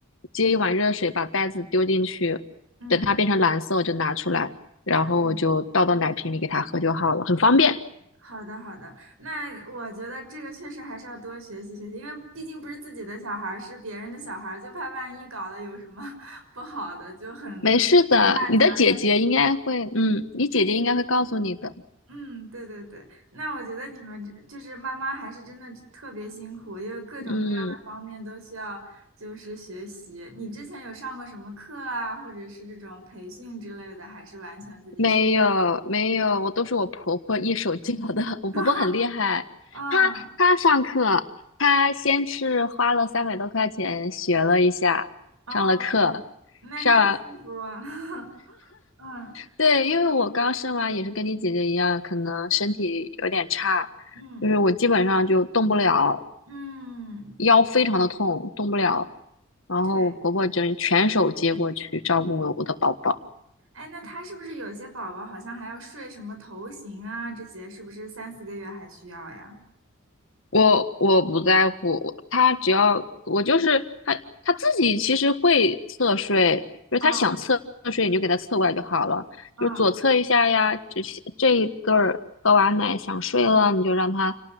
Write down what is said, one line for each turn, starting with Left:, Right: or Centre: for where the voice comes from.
Left: 接一碗热水把袋子丢进去，
Right: 嗯，
Left: 等它变成蓝色我就拿出来，然后我就倒到奶瓶里给它喝就好了，
Right: 这样。的。
Left: 很方便。
Right: 好的，好的，那我觉得这个确实还是要多学习学习，因为毕竟不是自己的小孩儿，是别人的小孩儿，就怕万一搞得有什么 <laughs> 不好的，就很很大责任。
Left: 没事的，你的姐姐应该会，嗯，你姐姐应该会告诉你的，
Right: 嗯，对对对，那我觉得你们这就是妈妈还是真的特别辛苦，因为各种各样的方面都需要就是学习。
Left: 嗯。
Right: 你之前有上过什么课啊，或者是这种培训之类的，还是完全自己学？
Left: 没有没有，我都是我婆婆一手教的。<laughs> 我婆婆很厉害，
Right: <laughs> 嗯，
Left: 她她上课，她先是花了三百多块钱学了一下，
Right: 哦，
Left: 上了课，
Right: 那你好幸福啊！
Left: 上，
Right: <laughs> 嗯，
Left: 对，
Right: 对，
Left: 因为我刚生完也是跟你姐姐一样，可能身体有点差，
Right: 嗯。
Left: 就是我基本上就动不了，
Right: 嗯，
Left: 腰非常的痛，动不了。
Right: 嗯
Left: 然后我婆婆就全手接过去照顾我的宝宝。
Right: 对，哎，那他是不是有些宝宝好像还要睡什么头型啊？这些是不是三四个月还需要呀？
Left: 我我不在乎，他只要我就是他他自己其实会侧睡，就是他想侧睡你就给他侧过来就好了，
Right: 嗯嗯
Left: 就是左侧一下呀，这些这一顿儿喝完奶想睡了，你就让他